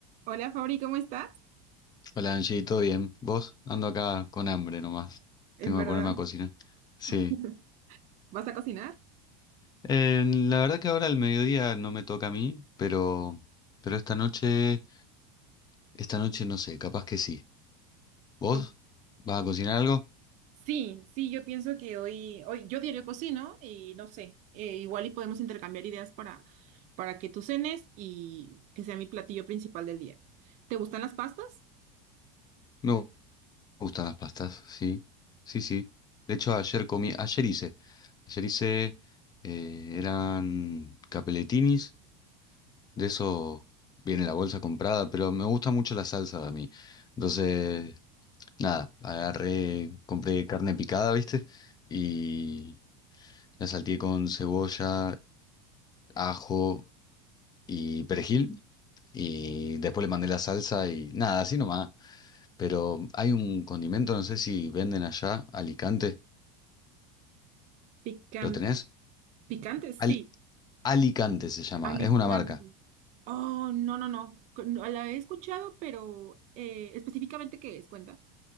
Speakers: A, on the right (about 45°); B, on the left (about 25°).
A: Hola Fabri, ¿cómo estás?
B: Hola Angie, ¿todo bien? ¿Vos? Ando acá con hambre nomás.
A: En
B: Tengo
A: verdad,
B: que ponerme a cocinar. Sí.
A: <laughs> ¿vas a cocinar?
B: Eh, la verdad que ahora al mediodía no me toca a mí, pero, pero esta noche, esta noche no sé, capaz que sí. ¿Vos?
A: Ok.
B: ¿Vas a cocinar algo?
A: Sí, sí, yo pienso que hoy, hoy yo diario cocino y no sé, eh, igual y podemos intercambiar ideas para, para que tú cenes y que sea mi platillo principal del día. ¿Te gustan las pastas?
B: Me gu- gustan las pastas, sí. Sí, sí. De hecho, ayer comí, ayer hice, ayer hice, eh, eran capelletinis, de eso viene la bolsa comprada, pero me gusta mucho la salsa a mí. Entonces... Nada, agarré, compré carne picada, ¿viste? Y la salteé con cebolla, ajo y perejil. Y después le mandé la salsa y nada, así nomás. Pero hay un condimento, no sé si venden allá, Alicante.
A: Pican-
B: ¿Lo tenés?
A: picantes,
B: Al-
A: sí.
B: Alicante se llama,
A: Alicante.
B: es una marca.
A: Oh, no, no, no, co- no, la he escuchado, pero eh, específicamente ¿qué es? Cuenta.